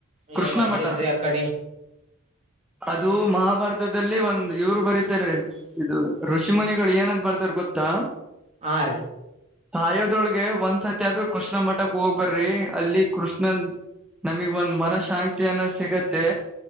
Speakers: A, in the centre; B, on the right.
A: ಕೃಷ್ಣ
B: ಏ ಬಂದಿಲ್ರಿ
A: ಮಠ
B: ಅ ಕಡಿ.
A: ಅದು ಮಹಾಭಾರತದಲ್ಲಿ ಒಂದ್ ಇವ್ರು ಬರೀತಾರೀ ಇದು ಋಷಿಮುನಿಗಳು ಏನಂದ ಬರ್ ತಾರ್ ಗೊತ್ತಾ
B: ಹಾ ರೀ.
A: ಸಾಯೋದ್ರೊಳ್ಗೆ ಒಂದ್ಸತಿ ಆದ್ರೂ ಕೃಷ್ಣ ಮಠಕ್ ಹೋಗ್ಬರ್ರಿ ಅಲ್ಲಿ ಕೃಷ್ಣನ್ ನಮಿಗ್ ಒಂದ್ ಮನ ಶಾಂತಿ ಅನ ಸಿಗತ್ತೆ.